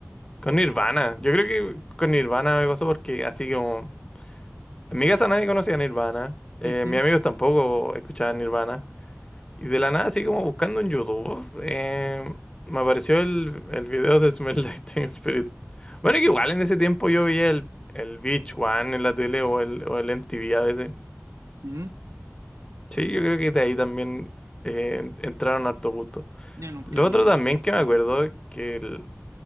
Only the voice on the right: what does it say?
Ujú,
mm,
Sí.
ujú.
Yo nunca
vi
el MTV,
chico.